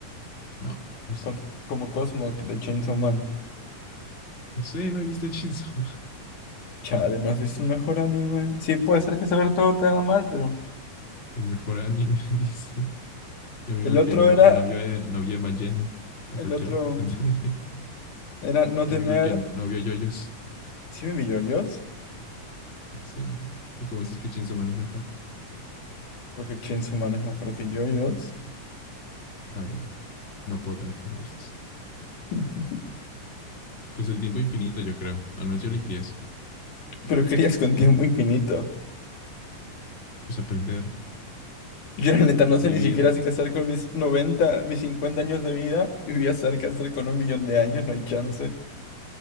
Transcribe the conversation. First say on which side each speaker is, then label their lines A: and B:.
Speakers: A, on the left; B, on the left.
A: No, no sé.
B: con- como Cosmo de Chainsaw Man.
A: No sé, no he visto Chainsaw Man. <laughs>
B: Chale, ¿no has visto un mejor anime? Sí, puede ser que saber todo te haga mal, pero...
A: El mejor anime, <laughs> dice. Mi amigo
B: El
A: el
B: otro
A: que no,
B: era...
A: eh, no vio, eh, no vio Evangelion. A
B: El
A: cualquier.
B: otro
A: <laughs> Mi
B: era no tener...
A: amigo el que no, no vio Yoyos.
B: Sí me vi yoyos,
A: Ah, Sí. Y como dices que Chainsaw Man es mejor.
B: porque Chainsaw Man es mejor que yoyos.
A: Ay, no. No puedo tener esa conversación.
B: <laughs>
A: Pues el tiempo infinito, yo creo. Al menos yo elegiría eso.
B: Pero querías con tiempo infinito.
A: pues aprender,
B: Yo la neta no sé
A: vivir.
B: ni siquiera sé qué hacer con mis noventa, mis 50 años de vida y voy a hacer qué hacer con un millón de años, no hay chance.